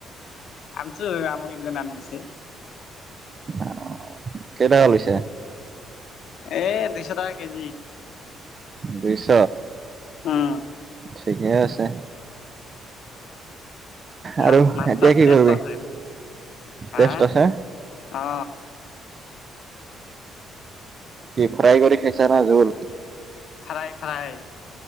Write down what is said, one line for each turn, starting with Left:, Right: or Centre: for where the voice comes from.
Left: আমচো আমোক একজন নাম দিছে।
Right: আহ কেইটকা লৈছে?
Left: এ দুইশ টকা কেজি।
Right: দুইশ।
Left: আহ।
Right: ঠিকেই আছে। আৰু
Left: না নাস্তা
Right: এতিয়া কি
Left: টেষ্ট
Right: কৰিবি
Left: আছে হা,
Right: টেষ্ট আছে
Left: অ।
Right: কি ফ্ৰাই কৰি খাইছা না জোল?
Left: Fry fry.